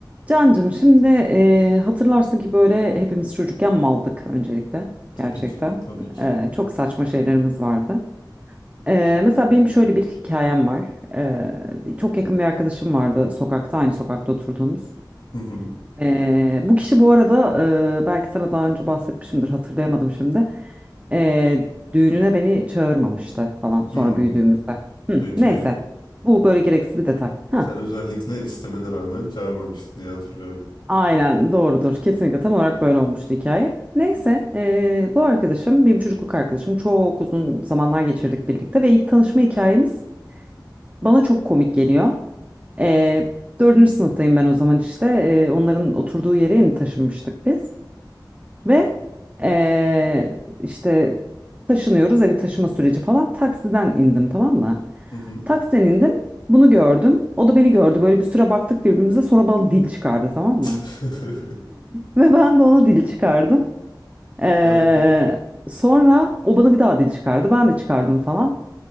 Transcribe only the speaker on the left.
Tabii
ki. Tabii ki.
Hı hı.
Hmm,
Peki.
Sen özellikle istemene rağmen çağırmamıştın diye hatırlıyorum.
Hı hı.
<laughs>
Harika.